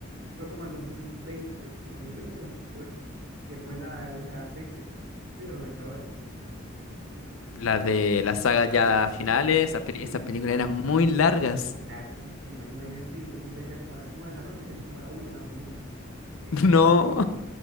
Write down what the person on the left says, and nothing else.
Las de las sagas ya finales, esas, peli-
esas películas eran muy largas.
<laughs> No,